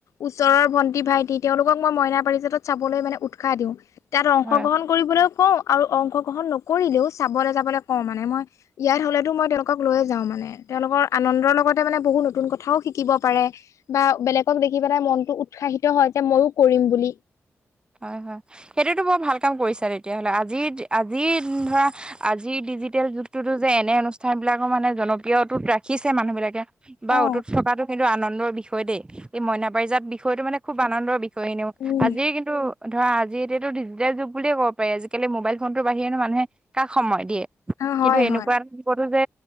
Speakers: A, on the left; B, on the right.
A: ওচৰৰ ভণ্টি, ভাইটি তেওঁলোকক মই মইনা পাৰিজাতত চাবলৈ মানে উৎসাহ দিওঁ। তাত অংশগ্ৰহণ
B: হয়
A: কৰিবলৈও কওঁ, আৰু অংশগ্ৰহণ নকৰিলেও চাবলৈ যাবলৈ কওঁ মানে, মই ইয়াত হ'লেতো মই তেওঁলোকক লৈয় যাওঁানে, তেওঁলোকৰ আনন্দৰ লগতে মানে বহুত নতুন কথাও শিক শিকিব পাৰে, বা বেলেগক দেখি পেলাই মনতটো উৎসাহিত হয় যে মইো কৰিম বুলি।
B: হয় হয়, সেইটোতো বৰ ভাল কাম কৰিছা তেতিয়াহ'লে, আজি আজি ধৰা আজিৰ ডিজিটেল যুগটোতো যে এনে অনুষ্ঠান বিলাকো মানে জনপ্ৰিয়তত ৰাখিছে মানুহ বিলাকে
A: অ
B: বা অতুত থকাটো কিন্তু আনন্দৰ বিষয় দেই, এই মইনা বাৰিজাত বিষয়টো মানে খুব আনন্দৰ বিয় হয় এনেও
A: উম।
B: আজি কিন্তু ত ধৰা আজি এতিয়াতো দিজিটেল যুগু বুলিয়েই কব পাৰি, আজিকালি মোবাইল ফোনটোৰ বাহিৰেনো মানুহে কাক সময় দিয়ে,
A: অ হয়
B: কিন্তু এনেকুৱা
A: হয়
B: এটা তো যে